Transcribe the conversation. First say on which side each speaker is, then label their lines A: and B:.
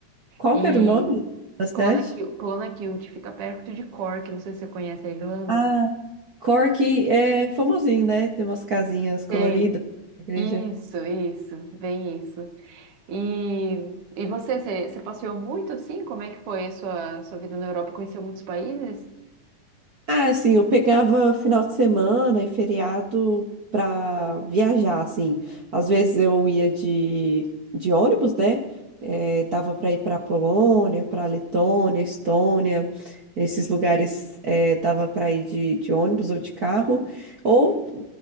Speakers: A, on the right; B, on the right.
A: qual
B: E
A: que era o nome da cidade?
B: Colona Kilt, Colona Kilt fica perto de Cork, não sei se você conhece a Irlanda.
A: Ah, Cork é famosinho, né? Tem umas casinhas coloridas
B: Tem.
A: na igreja.
B: Isso, isso, bem isso. E, e você, você, você passeou muito assim? Como é que foi a sua, sua vida na Europa? Conheceu muitos países?
A: Ah, assim, eu pegava final de semana e feriado pra viajar, assim. Às vezes eu ia de, de ônibus, né? Eh, dava pra ir pra Polônia, pra Letônia, Estônia. Esses lugares eh, dava pra ir de, de ônibus ou de carro. Ou